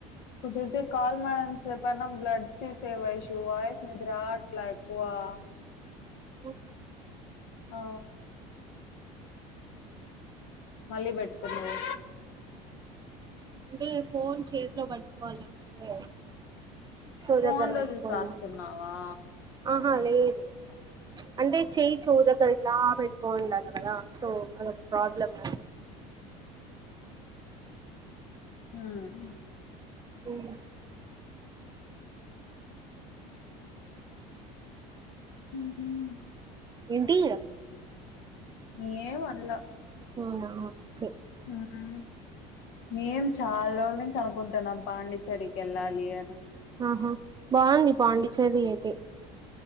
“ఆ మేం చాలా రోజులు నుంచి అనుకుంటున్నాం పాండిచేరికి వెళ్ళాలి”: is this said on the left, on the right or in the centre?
Left